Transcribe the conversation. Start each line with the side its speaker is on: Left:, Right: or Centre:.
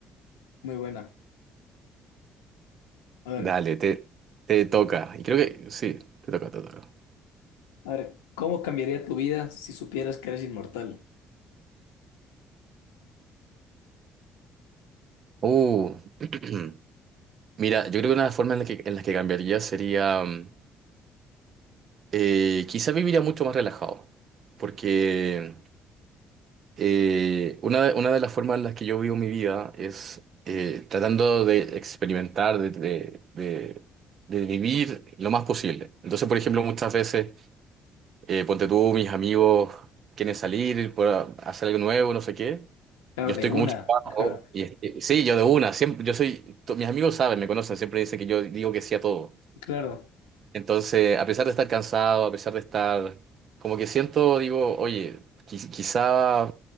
Left: muy buena. A ver,
Right: Dale, te, te toca. Y creo que sí, te toca, te toca.
Left: a ver, ¿cómo cambiaría tu vida si supieras que eres inmortal?
Right: Uh, <clears throat> mira, yo creo que una forma en la que, en las que cambiaría sería, mm, eh, quizá viviría mucho más relajado, porque eh, una de, una de las formas en las que yo vivo mi vida es eh, tratando de experimentar, de, de, de- de vivir lo más posible. Entonces, por ejemplo, muchas veces, eh, ponte tú, mis amigos quieren salir, por- a- hacer algo nuevo, no sé qué.
Left: Claro,
Right: Yo
Left: de
Right: estoy
Left: una.
Right: con mucho trabajo
Left: Ajá.
Right: y este, sí, yo de una, siempre, yo soy, to- mis amigos saben, me conocen, siempre dicen que yo digo que sí a todo.
Left: Claro.
Right: Entonces, a pesar de estar cansado, a pesar de estar, como que siento, digo, oye, qui- quizá